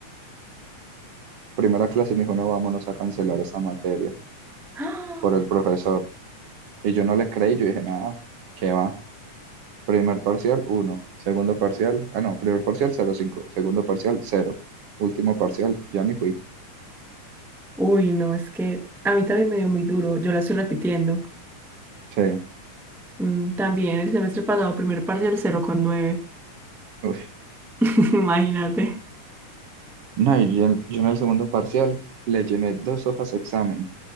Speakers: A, on the right (about 60°); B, in the centre.
A: primera clase me dijo, no, vámonos a cancelar esa materia
B: <gasps>
A: por el profesor. Y yo no le creí, yo dije, nada, ¿qué va? Primer parcial, uno. Segundo parcial, ah, no, primer parcial, cero coma cinco Segundo parcial, cero Último parcial, ya ni fui.
B: Uy, no, es que a mí también me dio muy duro, yo la estoy repitiendo.
A: Sí.
B: Mm, también el semestre pasado, primer parcial cero coma nueve
A: Uf.
B: <laughs> imagínate.
A: No, y yo, yo en el segundo parcial le llené dos hojas examen